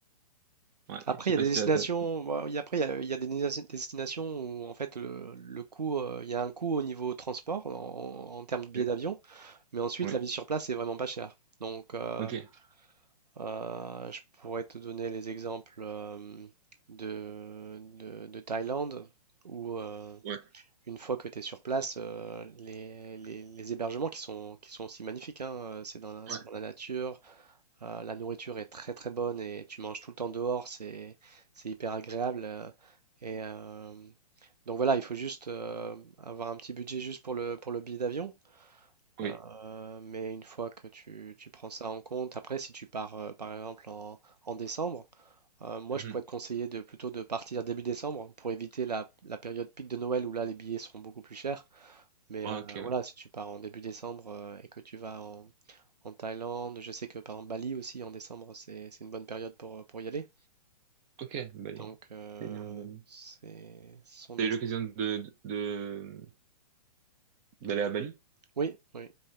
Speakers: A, on the right; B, on the right.
A: Ouais,
B: Après,
A: je sais
B: il y a
A: pas
B: des
A: si
B: destinations,
A: t'as, t'as...
B: bon, il y a- après, il y a, il y a des des destinations où, en fait, le, le coût, euh, il y a un coût au niveau transport, en, en termes de billets
A: Ouais,
B: d'avion, mais ensuite,
A: ouais,
B: la vie sur place est vraiment pas chère. Donc, euh,
A: ok.
B: euh, je pourrais te donner les exemples euh, de, de, de Thaïlande, où euh,
A: Ouais,
B: une fois que tu es sur place, euh, les, les- les hébergements qui sont, qui sont aussi magnifiques, hein, euh, c'est dans la,
A: ouais,
B: c'est dans la nature, Euh, la nourriture est très très bonne et tu manges tout le temps dehors, c'est c'est hyper agréable. euh, et euh, donc voilà, il faut juste euh, avoir un petit budget juste pour le pour le billet d'avion.
A: oui.
B: Euh, mais une fois que tu, tu prends ça en compte, après si tu pars euh, par exemple en, en décembre, euh, moi
A: Mhm.
B: je pourrais te conseiller de plutôt de partir début décembre pour éviter la, la période pic de Noël où là les billets seront beaucoup plus chers. Mais
A: Ouais,
B: euh,
A: ok, ouais.
B: voilà, si tu pars en début décembre euh, et que tu vas en, en Thaïlande. Je sais que par exemple Bali aussi en décembre, c'est c'est une bonne période pour, pour y aller.
A: Ok, Bali.
B: Donc euh,
A: Thaïlande, Bali.
B: c'est ce sont des
A: T'as eu l'occasion de, de, D'aller à Bali?
B: oui, oui.